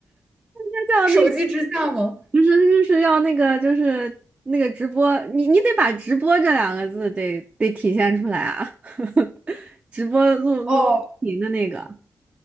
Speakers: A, on the right; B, in the centre.
A: 那叫那，
B: 手机支架吗？
A: 不是，就是要那个，就是那个直播，你你得把直播这两个字得得体现出来啊，<laughs> 直播录录屏的那个。
B: 哦，